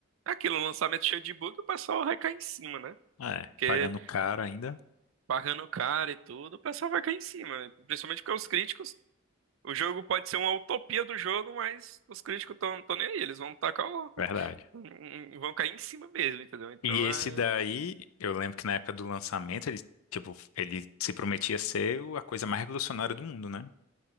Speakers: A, on the right; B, on the left.
A: é aquilo, um lançamento cheio de bug, o pessoal vai cair em cima, né?
B: Ah, É,
A: Porque
B: pagando caro ainda.
A: pagando caro e tudo, o pessoal vai cair em cima. né? Principalmente porque os críticos, o jogo pode ser uma utopia do jogo, mas os críticos estão nem aí, eles vão tacar o...
B: Verdade.
A: um, vão cair em cima mesmo, entendeu? Então
B: E esse
A: é.
B: daí, eu lembro que na época do lançamento, ele, tipo, ele se prometia ser o- a coisa mais revolucionária do mundo, né?